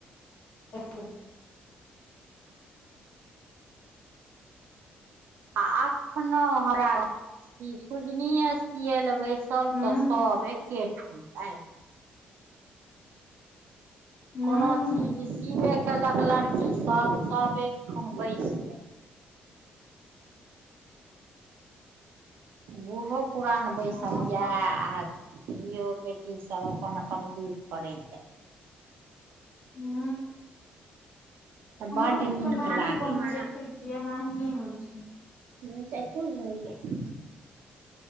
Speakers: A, on the left; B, on the right.
A: ब
B: आ अखनो हमरा सुजनीे सिय ल बै बसल
A: हूँ
B: ते सब एकेठन आ
A: हूँ
B: कोनो चीज सीबे केलक लड़कीसभ सभ एकठन बैस बूढ़ो पुरान बैसल
A: हँ सब
B: यए आ धियो बेटी सब अपन अपन लीड़ करैय
A: हू
B: तऽ
A: हमरो
B: बड्ड
A: सबके
B: नीक
A: नानी
B: लागै
A: गाँव मे देखै छियै एनाहिए होइ छैय।
B: ह चेको नहि होैइया।